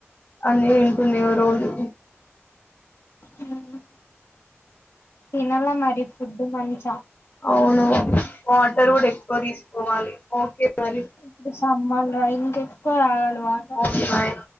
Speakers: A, on the left; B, on the left.
A: అన్ని దింటున్న ఇగ రోజు
B: ఊ తినల మరి ఇ ఫుడ్డు మంచ
A: అవును వాటర్ కూడా ఎక్కువ తీసుకోవాలి ఓకే మరి
B: ఇప్పుడు సమ్మర్ లా ఇంక ఎక్కువ తాగాలి వాటర్
A: ఓకే బాయ్